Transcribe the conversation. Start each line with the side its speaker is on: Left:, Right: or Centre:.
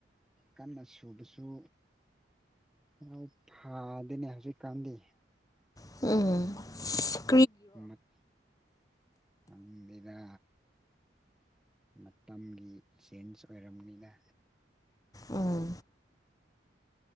Centre: ꯀꯟꯅ ꯁꯨꯕꯁꯨ ꯂꯧ ꯐꯥꯟ ꯑꯗꯨꯅꯦ ꯍꯧꯖꯤꯛꯀꯥꯟꯗꯤ
Left: ꯎꯝ <unintelligible>
Centre: ꯃꯠ <unintelligible> ꯄꯪꯗ‌ꯦꯗ ꯃꯇꯝꯒꯤ ꯆꯦꯟꯖ ꯑꯣꯏꯔꯝꯅꯤꯗ
Left: ꯎꯝ